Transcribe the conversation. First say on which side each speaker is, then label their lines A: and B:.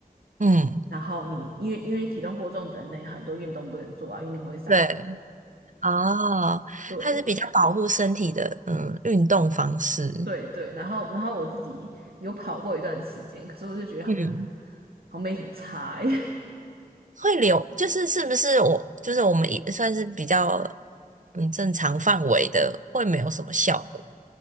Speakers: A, on the right; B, on the right.
A: 嗯，
B: 然后你因为因为体重过重的那很多运动不能做啊，因为那个会伤。
A: 对，哦，
B: 对
A: 它是比较保护身体的，嗯，运动方式
B: 对对，然后然后我自己有跑过一段时间，可是我就觉得好像
A: 嗯，
B: 好像没什么差欸，
A: 会流，就是是不是我就是我们也算是比较嗯正常范围的，会没有什么效果。